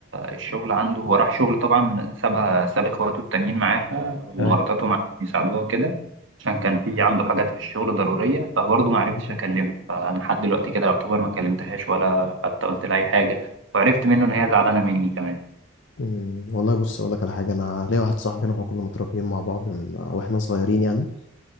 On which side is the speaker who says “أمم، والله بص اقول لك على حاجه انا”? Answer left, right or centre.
Left